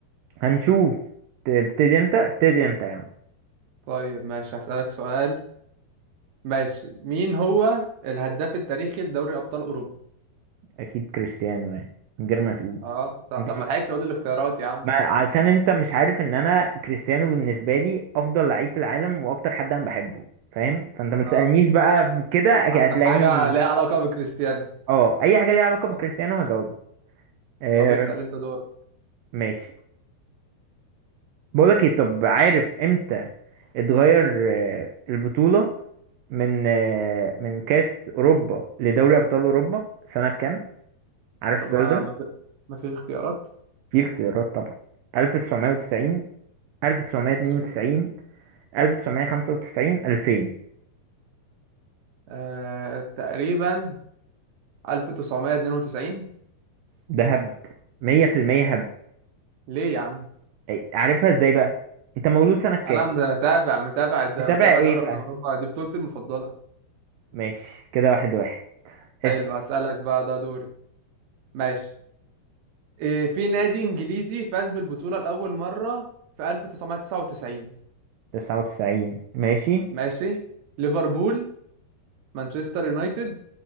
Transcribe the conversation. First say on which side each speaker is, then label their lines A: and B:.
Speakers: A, on the right; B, on the right.
A: هنشوف تبتدي انت ابتدي انت يا عم
B: طيب ماشي هسالك سؤال ماشي مين هو الهداف التاريخي لدوري ابطال اوروبا
A: اكيد كريستيانو يعني من غير ما تقول
B: اه صح
A: انت
B: طب ما لحقتش اقول الاختيارات يا عم
A: ما علشان انت مش عارف ان انا كريستيانو بالنسبه لي افضل لعيب في العالم واكتر حد انا بحبه فاهم فانت ما تسألنيش
B: اه
A: بقى في كده أكيد
B: عن
A: هتلاقيني
B: حاجه ليها علاقه بكريستيانو
A: اه اي حاجه ليها علاقه بكريستيانو
B: طب,
A: هجاوبها آه،
B: طب اسال انت دور
A: ماشي بقولك ايه طب عارف امتى اتغير آه، البطولة من آه، من كأس أوروبا لدوري أبطال أوروبا سنة كام؟ عارف
B: طب
A: السؤال
B: ما
A: ده؟
B: ما في ما فيش اختيارات
A: في اختيارات طبعا 1990 1992
B: ماشي
A: 1995 2000
B: آه تقريبا 1992
A: ده هبد 100% هبد
B: ليه يا عم
A: أي- عارفها ازاي بقى؟ انت مولود سنة كام؟
B: انا متابع متابع ده
A: متابع
B: متابع
A: ايه
B: دوري
A: بقى؟
B: ابطال اوروبا دي بطولتي المفضله
A: ماشي كده واحد واحد
B: حلو
A: اسأل
B: هسألك بقى ده دوري ماشي إيه في نادي إنجليزي فاز بالبطولة لأول مرة في 1999
A: 99 ماشي
B: ماشي ماشي ليفربول مانشستر يونايتد